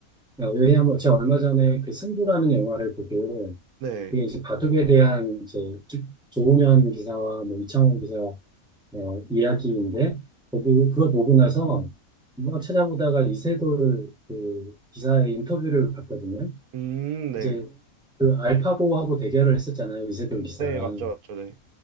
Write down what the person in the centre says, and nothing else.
아, 왜냐하면 제가 얼마 전에 그 승부라는 영화를 보고
그게 이제 바둑에 대한 이제 조- 조훈현 기사와 뭐 이창호 기사 어, 이야기인데 거기 그걸 보고 나서 막 찾아보다가 이세돌 그 기사의 인터뷰를 봤거든요.
이제 그 알파고하고 대결을 했었잖아요. 이세돌 기사가.